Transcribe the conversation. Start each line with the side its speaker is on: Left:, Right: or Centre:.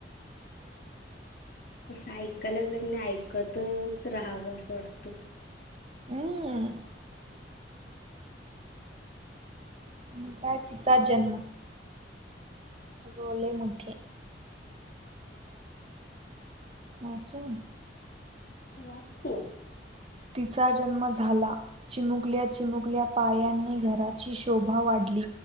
Left: असं ऐकाय लागलं की नाही ऐकतच राहावं असं वाटतं.
Right: हम्म आणि काय तिचा जन्म. अगं लई मोठी आहे. वाचू?
Left: वाच की
Right: तिचा जन्म झाला चिमुकल्या चिमुकल्या पायांनी घराची शोभा वाढ ली